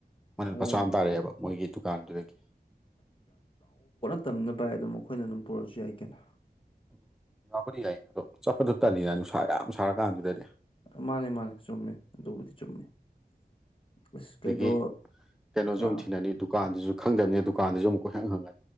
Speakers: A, in the centre; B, on the left.
A: ꯃꯅꯠ
B: ꯑꯣ
A: ꯃꯆꯥ ꯑꯃ ꯇꯥꯔꯛꯑꯦꯕ ꯃꯣꯏꯒꯤ ꯗꯨꯀꯥꯟꯗꯨꯗꯒꯤ
B: ꯇꯝꯅꯕ ꯍꯥꯏ ꯑꯗꯨꯝ ꯃꯈꯣꯏꯅ ꯑꯗꯨꯝ ꯄꯨꯔꯛꯁꯨ ꯌꯥꯏ ꯀꯩꯅ
A: ꯎꯝ ꯌꯥꯎꯕꯗꯤ ꯌꯥꯏ ꯑꯗꯣ ꯆꯠꯄꯗꯣ ꯇꯜꯂꯤ
B: ꯑꯥ
A: ꯅꯨꯡꯁꯥ ꯌꯥꯝ ꯁꯥꯔ ꯀꯥꯟꯗꯨꯗꯗꯤ
B: ꯃꯥꯅꯦ ꯃꯥꯅꯦ ꯆꯨꯝꯃꯦ ꯑꯗꯨꯕꯨꯗꯤ ꯆꯨꯝꯃꯦ ꯑꯁ ꯀꯩꯗꯣ
A: ꯗꯒꯤ ꯀꯩꯅꯣꯁꯨ ꯑꯗꯨꯝ
B: ꯑꯥ
A: ꯊꯤꯅꯅꯤ ꯗꯨꯀꯥꯟꯗꯁꯨ ꯈꯪꯗꯕꯅꯤ ꯗꯨꯀꯥꯟꯗꯁꯨ ꯑꯗꯨꯝ ꯀꯣꯏꯍꯪ ꯍꯪꯉꯅꯤ